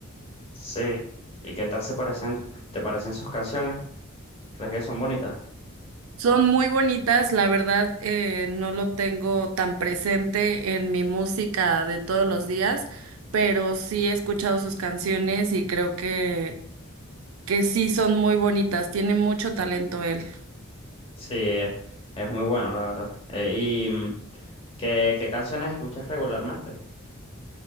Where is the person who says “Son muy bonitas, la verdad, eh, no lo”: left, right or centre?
Right